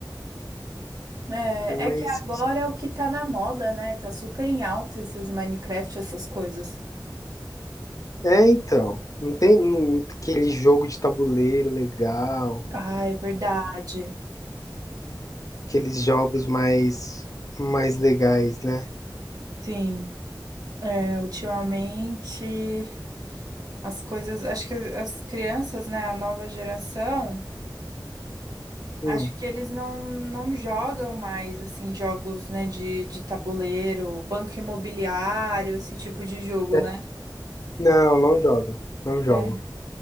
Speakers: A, on the right; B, on the left.
A: É,
B: É, mas.
A: é que agora é o que tá na moda, né? Tá super em alta esses Minecraft, essas coisas.
B: É, então. Não tem hum, aquele jogo de tabuleiro legal,
A: Ah, é verdade.
B: aqueles jogos mais, mais legais, né?
A: Sim. É, ultimamente as coisas. Acho que as crianças, né? A nova geração.
B: Hum.
A: Acho que eles não, não jogam mais, assim, jogos, né, de, de tabuleiro, banco imobiliário, esse tipo de jogo,
B: É,
A: né?
B: Não, não jogo. Não jogo.
A: É.